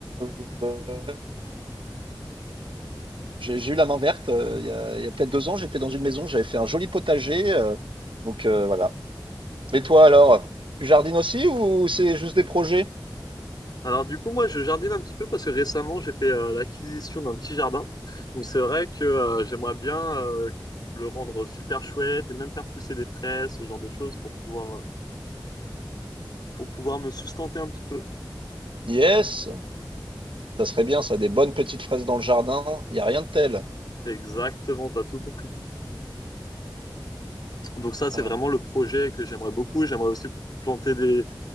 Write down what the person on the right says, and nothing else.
ouais. J'ai j'ai eu la main verte, heu, il y a il y a peut-être 2 ans, j'étais dans une maison, j'avais fait un joli potager, heu, donc heu, voilà. Et toi alors, tu jardines aussi ou c'est juste des projets?
Yes! Ça serait bien ça, des bonnes petites fraises dans le jardin, il y a rien de tel.
Ah.